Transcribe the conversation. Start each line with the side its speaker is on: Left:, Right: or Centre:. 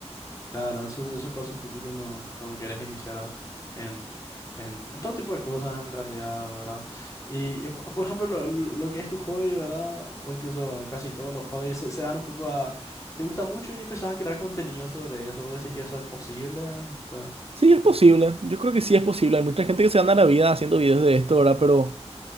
Left: Claro, eso, eso pasa un poco cuando, cuando quieres iniciar a- en, en, en todo tipo de cosas, en realidad, ¿verdad? Y, y po- por ejemplo, lo, lo que es tu hobby, ¿verdad? O incluso casi todos los hobbies se, se dan un poco a... ¿Te gusta mucho y empezás a crear contenido sobre eso? ¿O decís que eso es posible? O sea,
Right: Sí, es posible. Yo creo que sí es posible. Hay mucha gente que se gana la vida haciendo videos de esto, ¿verdad? Pero